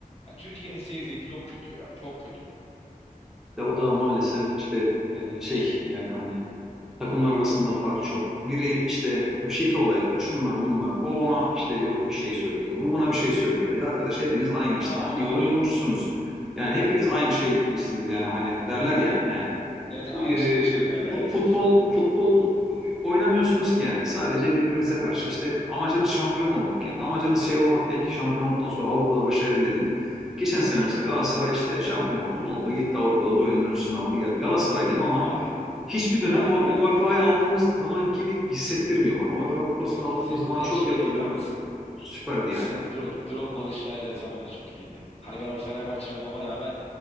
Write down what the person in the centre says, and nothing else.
De o da maalesef işte e, şey yani hani takımlar arasında fark çok. Biri işte bu şike olayları şunlar bunlar. O ona işte yok bir şey söylüyor. Bu buna bir şey söylüyor. Ya arkadaş hepiniz aynı işte
aynı
yolun yolcusunuz. Yani
hepiniz aynı şey giysiniz yani hani derler ya yani
e,
fut-
futbol
futbol e, oynamıyorsunuz ki yani. Sadece birbirinize karşı işte amacınız şampiyon olmak yani. Amacınız şey olmak değil ki şampiyon olduktan sonra Avrupa'da başarılı dediğim. Geçen sene
mesela Galatasaray işte şampiyon oldu ne oldu? Gitti Avrupa'da boyunun ölçüsünü aldı geldi. Galatasaraylıyım ama
hiçbir dönem
o
UEFA'yı aldığımız zaman gibi hissettirmiyor bana. UEFA kupasını
aldığımız
zaman
çok
iyi hatırlıyorum
ben. Süperdi
yani.